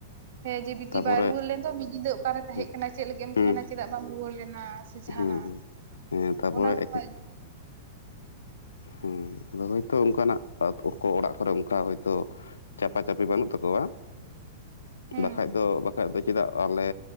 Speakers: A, on the right; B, on the left.
A: ᱦᱮᱸ, ᱡᱮ ᱵᱤᱴᱤ
B: ᱛᱟᱯᱚᱨᱮ
A: ᱵᱟᱭ ᱨᱩᱣᱟᱹ ᱞᱮᱱ ᱫᱚ ᱢᱤᱜ ᱧᱤᱫᱟᱹ ᱚᱠᱟᱨᱮ ᱛᱟᱦᱮᱸᱦ
B: ᱦᱩᱸ
A: ᱠᱟᱱᱟ, ᱪᱮᱜ ᱞᱟᱹᱜᱤᱫ ᱮᱢ
B: ᱦᱩᱸ
A: ᱛᱟᱦᱮᱱᱟ, ᱪᱮᱫᱟᱜ ᱵᱟᱢ ᱨᱩᱣᱟᱹᱲ ᱞᱮᱱᱟ? ᱥᱮ ᱡᱟᱦᱟᱱᱟᱜ
B: ᱦᱩᱸ ᱦᱮᱸ ᱛᱟᱯᱚᱨᱮ
A: ᱚᱱᱟ ᱠᱚ <inaudible>
B: ᱦᱩᱸ ᱟᱫᱚ ᱦᱚᱭᱛᱚ ᱚᱱᱠᱟᱱᱟᱜ ᱚᱲᱟᱜ ᱠᱚᱨᱮ ᱚᱱᱠᱟ ᱦᱚᱭᱛᱳᱼᱼ ᱪᱟᱯᱟ ᱪᱟᱯᱤ ᱵᱟᱹᱱᱩᱜ ᱛᱟᱠᱚᱣᱟ,
A: ᱦᱩᱸ᱾
B: ᱵᱟᱠᱷᱟᱡ ᱫᱚ ᱵᱟᱠᱷᱟᱡ ᱫᱚ ᱪᱮᱫᱟᱜ ᱟᱞᱮᱼᱼ